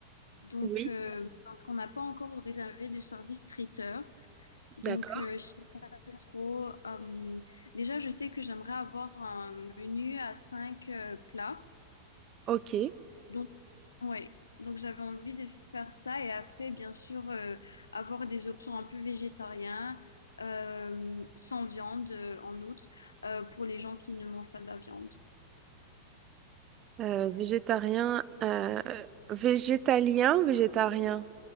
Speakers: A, on the left; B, on the right.
A: Donc
B: Oui,
A: euh, parce qu'on n'a pas encore réservé de service traiteur. Donc
B: d'accord.
A: euh, trop. Euh, déjà, je sais que j'aimerais avoir un menu à cinq euh, plats.
B: Ok.
A: Donc, ouais. Donc, j'avais envie de faire ça. Et après, bien sûr, euh, avoir des options un peu végétariennes, euh, sans viande, euh, en outre, euh, pour les gens qui ne mangent pas de la viande.
B: Euh, végétarien, euh, végétalien, végétarien.